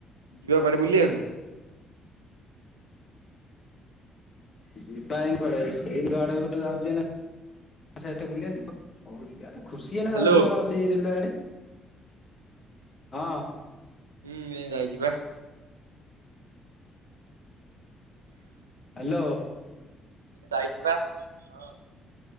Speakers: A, on the right; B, on the left.
A: ଯିବା କୁଆଡେ ବୁଲିବାକୁ।
B: ଯିବା ଇ କୁଆଡେ ସେଇ ବିଲ ଆଡେକୁ ତ ଯାଉଛି ଏଇନେ। ଆଛା ଏତେ ବୁଲିବା <inaudible> ଖୁସି
A: ହ୍ୟାଲୋ
B: ଏନା ଯାଉଛି ନା କଣ ସେଇ ରେଲୱେ ଆଡେ ହଁ।
A: ହୁଁ ଏନା ଯାଇଛି ପା।
B: ହ୍ୟାଲୋ।
A: ଯାଇଛି ବା ହଁ